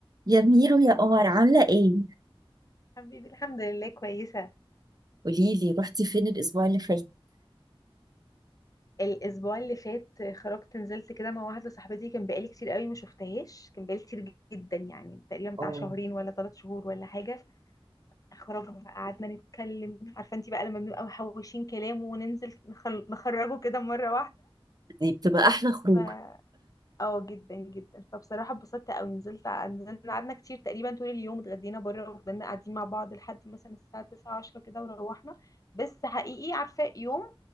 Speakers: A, on the right; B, on the left.
A: يا ميرو يا قمر عاملة ايه؟
B: حبيبي الحمد لله كويسة
A: قولي لي رحتي فين الاسبوع اللي فات
B: الأسبوع اللي فات خرجت نزلت كده مع واحدة صاحبتي كان بقالي كتير قوي ما شفتهاش كان بقالي كتير جدا يعني تقريبا بتاع
A: اه
B: شهرين ولا ثلاث شهور ولا حاجة خرجنا بقى قعدنا نتكلم عارفة انتي بقى لما بنبقى محوشين كلام وننزل نخل... نخرجه كده مرة
A: دي بتبقى احلى خروج
B: واحدة اه جدا جدا فبصراحة اتبسطت قوي نزلت نزلنا قعدنا كتير تقريبا طول اليوم اتغدينا بره وفضلنا قاعدين مع بعض لحد مثلا الساعة 9 10 كده وروحنا بس حقيقي عارفة يوم